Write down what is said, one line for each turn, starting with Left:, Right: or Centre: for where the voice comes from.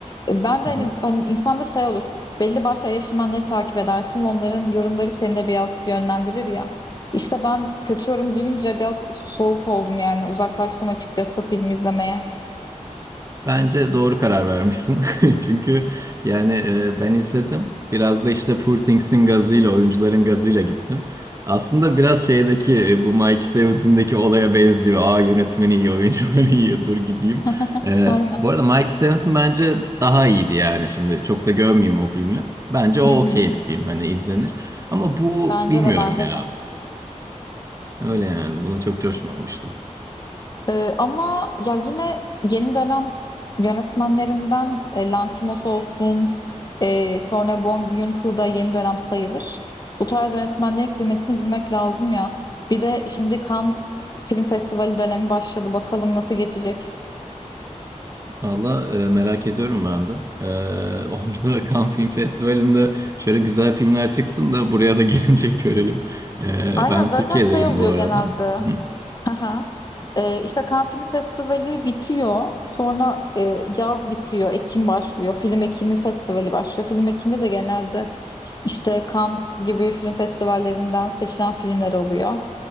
Left: E, ben de
Right: hı
Left: hani,
Right: hı.
Left: hani insanda şey olur. Belli başlı eleştirmenleri takip edersin ve onların yorumları seni de biraz yönlendirir ya. İşte ben kötü yorum duyunca biraz soğuk oldum yani uzaklaştım açıkçası film izlemeye.
Right: Bence doğru karar vermişsin. <laughs> Çünkü yani e, ben izledim. Biraz da işte Poor Things'in gazıyla, oyuncuların gazıyla gittim. Aslında biraz şeydeki e, bu Mikey Seven'tindeki olaya benziyor. Aa yönetmeni iyi, oyuncuları iyi, dur gideyim.
Left: <laughs>
Right: E,
Left: Aynen.
Right: bu arada Mikey Seven'tin bence daha iyiydi yani şimdi. Çok da gömmeyeyim o filmi. Bence o
Left: Hı hı.
Right: okey bir film hani izlenir. Ama bu
Left: Bence
Right: bilmiyorum
Left: de bence
Right: ya.
Left: de.
Right: Öyle yani buna çok coşmamıştım.
Left: Ee, ama ya yine yeni dönem yönetmenlerinden e, Lantimos olsun, e, sonra Bong Joon-ho da yeni dönem sayılır. Bu tarz yönetmenlerin kıymetini bilmek lazım ya. Bir de şimdi Cannes Film Festivali dönemi başladı. Bakalım nasıl geçecek.
Right: Valla e, merak ediyorum ben de. E, orada <laughs> Cannes Film Festivali'nde şöyle güzel filmler çıksın da buraya da gelince <laughs> görelim. E,
Left: Aynen
Right: ben
Left: zaten
Right: Türkiye'deyim
Left: şey oluyor
Right: bu arada.
Left: genelde.
Right: Hı.
Left: Aha. Ee, işte Cannes Film Festivali bitiyor. Sonra e, yaz bitiyor. Ekim başlıyor. Film Ekimi Festivali başlıyor. Film Ekimi de genelde işte Cannes gibi film festivallerinden seçilen filmler oluyor.